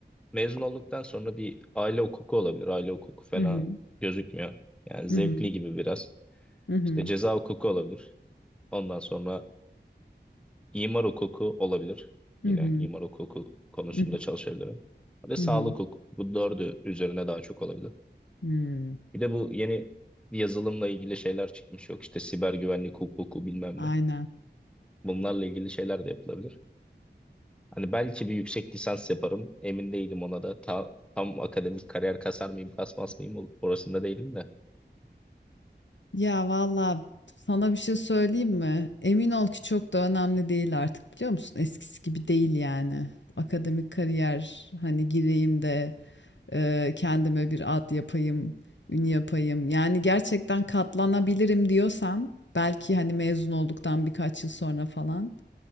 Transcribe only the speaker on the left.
Hı hı,
hı hı,
hı hı,
hı hı,
hı hı,
hı
hı.
Hmm,
Aynen.
Ya valla sana bir şey söyleyeyim mi? Emin ol ki çok da önemli değil artık biliyor musun? Eskisi gibi değil yani. Akademik kariyer hani gireyim de e, kendime bir ad yapayım, ün yapayım. Yani gerçekten katlanabilirim diyorsan belki hani mezun olduktan birkaç yıl sonra falan.